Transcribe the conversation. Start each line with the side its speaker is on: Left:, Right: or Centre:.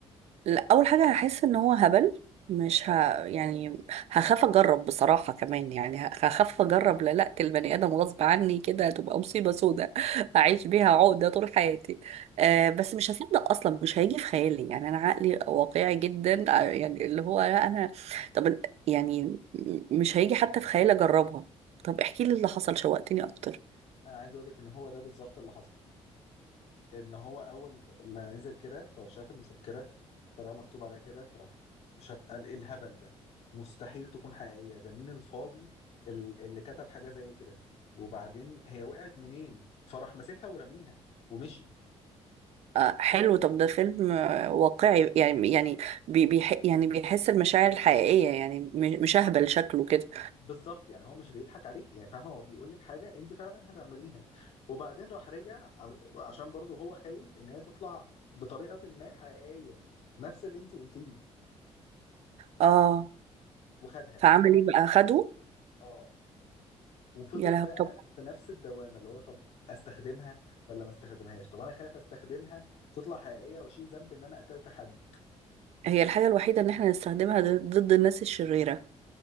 Right: لا، اول حاجه هحس ان هو هبل مش ه... يعني هخاف اجرب بصراحه كمان يعني ه- هخاف اجرب للاقة البني ادم غصب عني كده هتبقى مصيبه سودة <laughs> اعيش بيها عقده طول حياتي أه بس مش هصدق اصلا مش هيجي في خيالي يعني انا عقلي واقعي جدا آه، يعني اللي هو لا انا طب يعني مش هيجي حتى في خيالي اجربها طب احكي لي اللي حصل شوقتني اكتر
Left: انا عايز اقول لك ان هو ده بالظبط اللي حصل ان هو اول ما نزل كده فشاف المفكره فلقى مكتوب عليها كده فراح شاف قال ايه الهبل ده مستحيل تكون حقيقيه ده مين الفاضي ال- اللي كتب حاجه زي كده وبعدين هي وقعت منين فراح ماسكها ورميها ومشي
Right: آه حلو طب ده فيلم آه، واقعي يعني يعني بي بيح يعني بيحس المشاعر الحقيقية يعني م- مش أهبل شكله كده
Left: بالظبط يعني هو مش بيضحك عليك يعني فاهمه هو بيقول لك حاجه انت فعلا هتعمليها وبعدين راح رجع ع- عشان برضه هو خايف ان هي تطلع بطريقه ما حقيقيه نفس اللي انت قلتيه
Right: اه
Left: وخدها
Right: فعمل ايه بقى خده
Left: اه وفضل
Right: يا لهوي
Left: بقى
Right: طب
Left: في نفس الدوامه اللي هو طب استخدمها ولا ما استخدمهاش طب انا خايف استخدمها تطلع حقيقيه واشيل ذنب ان انا قتلت حد
Right: هي الحاجة الوحيدة ان احنا نستخدمها ضد ضد الناس الشريرة